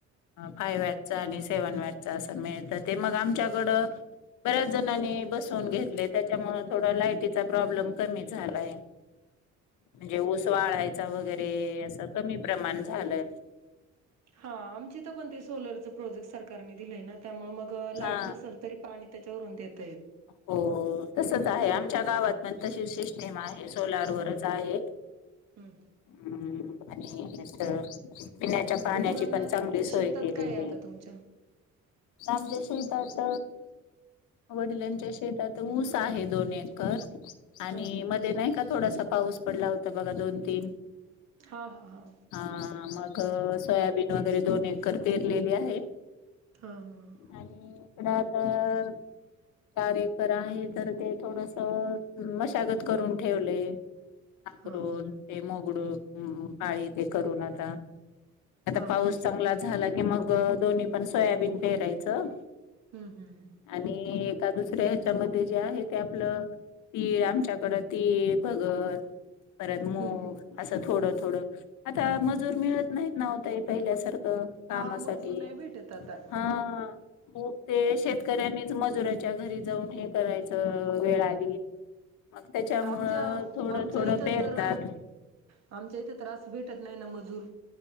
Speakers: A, on the left; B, on the right.
A: फाय व्हॅट - ना आणि सेवन व्हॅट चं अस मिळत ते मग आमच्याकडं बऱ्याच जणांनी बसवून घेतले, त्याच्यामुळे थोडा लायटीचा प्रॉब्लेम कमी झालाय. म्हणजे ऊस वाळायचा वगैरे, असं कमी प्रमाण झालंय.
B: हा, आमच्या इथं, पण ते सोलरच प्रोजेक्ट सरकारनी - दिलय ना, त्यामुळे मग लाईट
A: हा.
B: नसल, तरी पाणी त्याच्यावरून देत
A: हो तसच आहे आम च्या गावात पण तशीच सिस्टीम आहे. सोलरवरच आहे.
B: हं,
A: हम्म <inaudible> पिण्याच्या पाण्याची
B: ते गुरांना
A: पण चांगली
B: शेतात
A: सोय केलेली
B: काय आहे आता
A: ये.
B: तुमच्या?
A: आमच्या शेतात वडीलांच्या शेतात ऊस आहे दोन एकर, आणि
B: हां, हां,
A: मध्ये नाही का? थोडासा - पाऊस पडला होता, बघा. दोन तीन -
B: हां, हां, हां.
A: हा, मग सोयाबीन वगैरे - दोन एकर पेरलेले आहे,
B: हां हां
A: आणि इकडं आता - चार एकर आहे, तर ते थोडस मशागत करून ठेवलय. नागरून
B: हां हां हां
A: ते मोगडून पाती ते करून आता आता
B: हां
A: पाऊस चांगला झाला, की मग दोन्ही पण सोयाबीन पेरायचं
B: हम्म हम्म
A: आणि एका दुसऱ्या ह्याच्यामध्ये जे आहे. ते आपलं तीळ. आमच्याकड तीळ, भगर परत मुग
B: हम्म
A: असं थोडं-थोडं, आता मजूर मिळत नाहीत ना ओ ताई, पहिल्यासारखं कामासाठी
B: हा मजूर नाही भेटत आता
A: हा <unintelligible> ते शेतकऱ्यांनीच मजुराच्या घरी जाऊन, हे करायचं वेळ आली. मग त्याच्यामुळं
B: आमच्या,
A: थोडं
B: आमच्या
A: थोडं
B: इथं
A: पेरतात
B: तर आमच्या इथे त्रास. भेटत नाही ना, मजूर